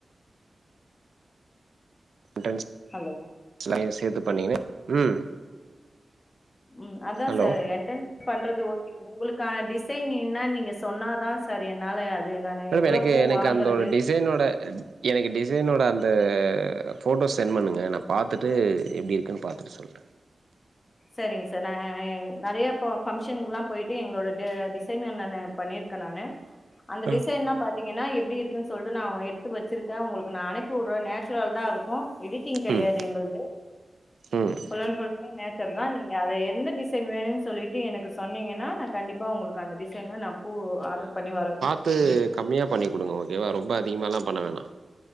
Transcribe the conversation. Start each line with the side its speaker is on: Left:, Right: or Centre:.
Right: என்ட்ரன்ஸ்
Left: ஹலோ
Right: <unintelligible> சேத்து பண்ணீங்கன்னா ம்
Left: ம் அதா
Right: ஹலோ
Left: சார் என்ட்ரன்ஸ் பண்றது ஓகே உங்களுக்கான டிசைன் என்னு நீங்க சொன்னாதா சார் என்னால து நானு
Right: மேடம்
Left: எவ்ளோ
Right: எனக்கு
Left: பூ
Right: எனக்கு
Left: வாங்குறது
Right: அந்தோட டிசைனோட எனக்கு டிசைனோட அந்த போட்டோஸ் சென்ட் பண்ணுங்க நா பாத்திட்டு எப்டி இருக்குன்னு பாத் சொல்றே
Left: செரிங்க சார் நா நெறையா இப்ப பங்க்ஷனுக்கெல்லா போயிட்டு எங்களோட டிசைன் நானு பண்ணியிருக்கே நானு அந்த
Right: ஆ
Left: டிசைன்ல பாத்தீங்கன்னா எப்படி இருக்குன்னு சொல்லிட்டு நா எடுத்து வெச்சிருக்கே உங்களுக் கு நா அனுப்பி விட்றே நேச்சுரல் தா இருக்கு எடிட்டிங் கெடையாது
Right: ம்
Left: எங்கள்து
Right: ம்
Left: ஃபுல் அன்ட் ஃபுல்லுமே நேச் தா நீங்க அத எந்த டிசைன் வேணுனு சொல்லிட்டு எனக்கு சொன்னீங்கன்னா நா கண்டிப்பா உங்களுக்கு அந்த டிசைன்ல நா பூ ஆர்டர் பண்ணி வர
Right: த்து கம்மியாக பண்ணி குடுங்க ஓகேவா ரொம்ப அதிகமாலா பண்ண வேணா